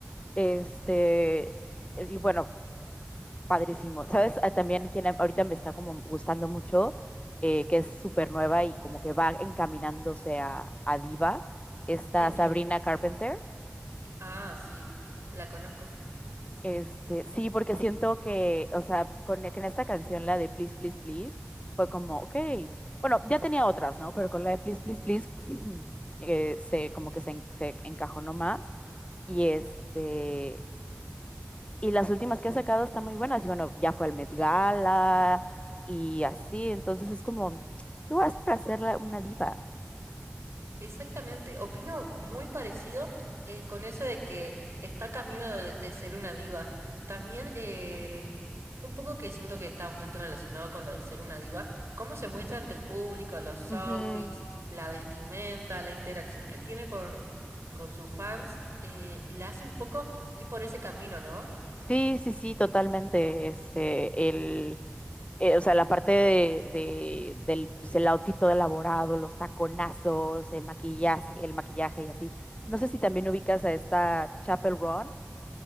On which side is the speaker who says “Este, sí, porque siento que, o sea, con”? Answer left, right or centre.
Left